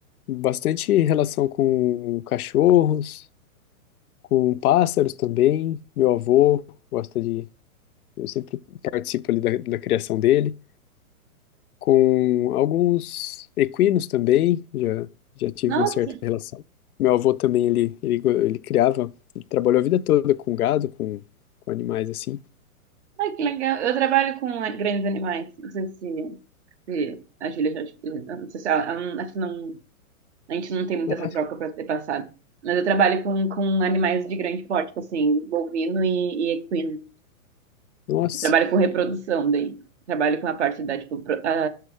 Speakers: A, on the left; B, on the right.
A: bastante relação com cachorros, com pássaros também. Meu avô gosta de. Eu sempre participo ali da, da criação dele. Com alguns equinos também, já, já tive
B: Nossa,
A: uma certa relação. Meu avô também, ele, ele, go- ele criava, ele trabalhou a vida toda com gado, com, com animais assim.
B: ai, que legal. Eu trabalho com a- grandes animais, não sei se, se a Júlia já, te- não sei se ela, ela não- acho que não, a gente não tem muita
A: Ah,
B: essa troca pra ter passado. Mas eu trabalho com, com animais de grande porte, tipo assim, bovino e, e equino.
A: nossa,
B: Eu trabalho com reprodução daí. Trabalho com a parte da tipo, pro- a